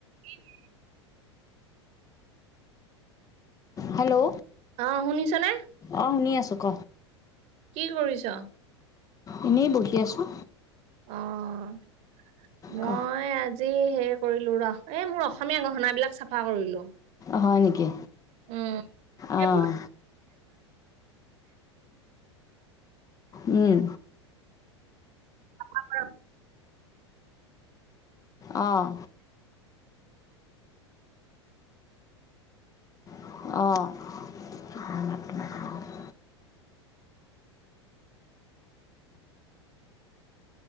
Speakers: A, on the right (about 45°); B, on the left (about 25°).
A: কি <unintelligible>
B: হেল্ল
A: অ', শুনিছনে?
B: অ', শুনি আছোঁ ক।
A: কি কৰিছ?
B: এনেই বহি আছোঁ।
A: অ', মই
B: ক
A: আজ যি হে কৰিলো ৰহ, এই মোৰ অসমীয়া গহনা বিলাক চাফা কৰিলো।
B: হয় নেকি
A: উম
B: অ'
A: সেইবোৰ
B: উম।
A: আ পাৰ
B: অহ। অ।